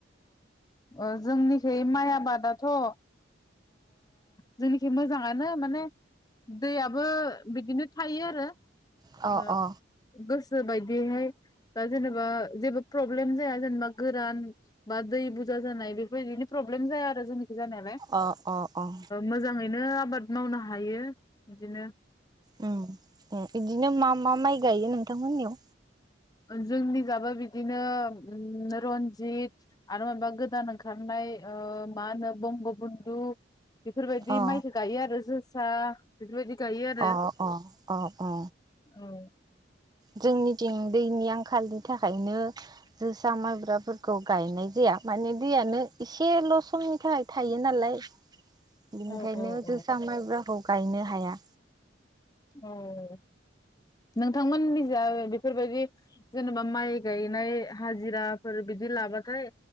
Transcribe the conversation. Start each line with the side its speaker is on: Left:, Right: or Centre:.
Left: अ जोंनिखै माइ आबादाथ ओ जोंनिथिं मोजाङानो माने दैयाबो बिदिनो थायो आरो।
Right: अ
Left: ओ
Right: अ
Left: गोस गोसो बायदियैहाय बा जेनेबा जेबो प्रब्लेम जाया जेनेबा गोरान बा दै बुरजा जानाय बेफोरबायदिनो प्रब्लेम जाया आरो जोंन जानायालाय
Right: अ अ
Left: मोजाङैनो‌ आबाद मावनो हायो बिदिनो
Right: उम उम बिदिनो मा मा माइ गायो नोंथांमोननियाव
Left: जोंनि जाबो बिदिनो रन्जित आरो माबा गोदान ओंखारनाय मा होनो बंगबन्धु। बेफोरबायदि
Right: अ
Left: माइखौ गायो आरो जोस जोसा बेफोरबायदि। गायो आरो
Right: अ अ अ अ
Left: औ
Right: जोंनि थिं दैनि आंखालनि थाखायनो जोसा माइब्राफोरखौ गायनाय जाया माने दैयानो एसेल समनि थाखाय थायो नालाय। बिनिखायनो
Left: औ औ औ
Right: जोसा मायब्राखौ गायनो हाया।
Left: औ नोंथांमोन निजा बेफोरबायदि जेनेबा माइ गायनाय हाजिराफोर बिदि लाबाथाय।